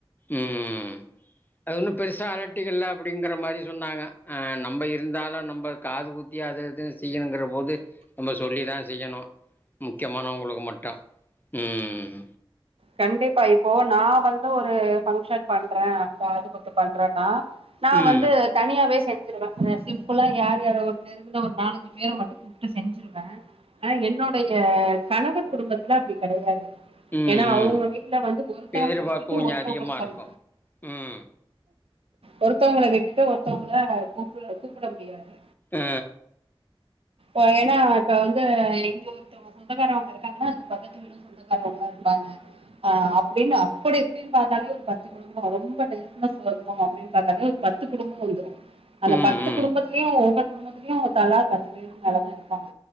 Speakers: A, on the left (about 20°); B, on the right (about 80°).
A: உம் அது ஒன்னும் பெருசா அலட்டிக்கல அப்டிங்கற மாரி சொன்னாக ஆ நம்ப இருந்தாலோ நம்ப காது குத்தி அது இதுன்னு செய்யணுங்கிற போது நம்ப சொல்லிதா செய்யணு முக்கியமானவங்களுக்கு மட்டோ உம்
B: கண்டிப்பா இப்போ நா வந்து ஒரு ஃபங்ஷன் பண்றே காது குத்து பண்றேனா நா
A: ம்
B: வந்து தனியாவே செ செஞ்சிருவே ஆ சிம்பிளா யார் யாரோவுக்கு இன்னு ஒரு நாலஞ்சு பேர மட்டோ கூப்ட்டு செஞ்சிருவே ஆ என்னொடைய கணவர் குடும்பத்துல அப்டி கெடையாது
A: ம்
B: ஏனா அவுங்க
A: ம்
B: வீட்ல வந்து ஒருத்தவங்கள
A: எதிர்பார்ப்பு
B: விட்டுட்டு
A: கொஞ்ச
B: ஒருத்தவங்கள
A: அதிகமா
B: சொல்
A: இருக்கு ம்
B: ஒருத்தவங்கள விட்டுட்டு ஒருத்தவங்கள கூப்ள கூப்பிட முடியாது
A: ஆ
B: ஒ ஏனா இப்ப வந்து எங்யோ ஒருத்தவங்க சொந்தக்காரவங்க இருக்காங்கனா அது பக்கத்து வீடும் சொந்தக்காரவங்கலா இருப்பாங்க ஆ அப்டின்னு அப்புடி அப்டின்னு பாத்தாலே ஒரு பத்து குடும்போ ரொம்ப நெருங்குன சொந்தோ அப்படின்னு பாத்தாலே ஒரு பத்து குடும்போ வந்துரோ அந்த
A: ம்
B: பத்து
A: ம்
B: குடும்பத்திலயு ஒவ்வொரு குடும்பத்திலயு ஒரு தலா பத்து நல்லாதா இருப்பாங்க